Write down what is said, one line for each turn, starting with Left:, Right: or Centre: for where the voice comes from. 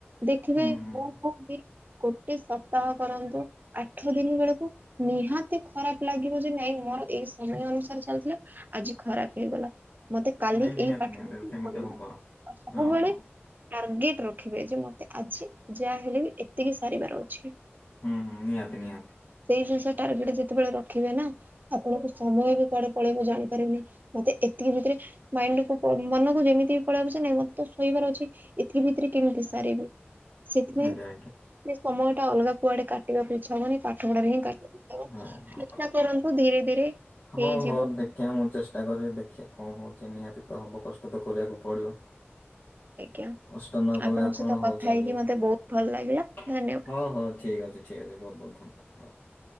Right: ଦେଖିବେ
Left: ହୁଁ ହୁଁ।
Right: କଣ କୁହବି ଗୋଟେ ସପ୍ତାହ କରନ୍ତୁ। ଆଠ ଦିନ ବେଳକୁ ନିହାତି ଖରାପ ଲାଗିବ ଯେ ନାଇଁ ମୋର ଏଇ ସମୟ ଅନୁସାରେ ଚାଲିଥିଲା ଆଜି ଖରାପ ହେଇଗଲା। ମତେ କାଲି
Left: ନାଇଁ ନିହାତି
Right: ଏଇ ପାଠ
Left: ନିହାତି ସେମିତି
Right: ସବୁବେଳେ
Left: ହବ ହଁ ହଁ
Right: ଟାର୍ଗେଟ ରଖିବେ ଯେ ମତେ ଆଜି ଯାହାଲେ ବି ଏତିକି ସାରିବାର ଅଛି।
Left: ହୁଁ ହୁଁ ନିହାତି ନିହାତି।
Right: ସେଇ ଜିନିଷ ଟାର୍ଗେଟ ଯେତେବେଳେ ରଖିବେ ନା ଆପଣଙ୍କୁ ସମୟ ବି କୁଆଡେ ପଳେଇବୁ ଜାଣିପାରିବେନି, ମତେ ଏତିକି ଭିତରେ ମାଇଣ୍ଡ କୁ ମନକୁ ଯେମିତି ବି ପଳେଇ ପଛ ନାଇଁ ମତେ ଶୋଇବାର ଅଛି ଏଥି ଭିତରେ କେମିତି ସାରିବି? ସେଥିପାଇଁ
Left: ଆଜ୍ଞା ଆଜ୍ଞା
Right: ସେ ସମୟ ଟା ଅଲଗା କୁଆଡେ କାଟିବାକୁ ଇଛାହବନି। ପାଠ ପଢାରେ ହିଁ କ
Left: ହଁ ହଁ
Right: ଚେଷ୍ଟା କରନ୍ତୁ ଧୀରେ ଧୀରେ
Left: ହଉ
Right: ହେଇଯିବ
Left: ହଉ ଦେ ଖିଆ ମୁଁ ଚେଷ୍ଟା କରିବି ଦେଖି କଣ ହଉଛି ନିହାତି ତ ହବ କଷ୍ଟ ତ କରିବାକୁ ପଡିବ।
Right: ଆଜ୍ଞା
Left: କଷ୍ଟ ନ କଲେ
Right: ଆପଣଙ୍କ
Left: ଆଉ
Right: ସହିତ
Left: କଣ ହଉଛି
Right: କଥା
Left: ଆଜିକାଲି,
Right: ହେଇକି ମତେ ବହୁତ ଭଲ ଲାଗିଲା ଧନ୍ୟବାଦ।
Left: ହଉ ହଉ ଠିକ ଅଛି। ଠିକ୍ ଅଛି ବହୁତ ବହୁତ ଧନ୍ୟବାଦ ହଉ।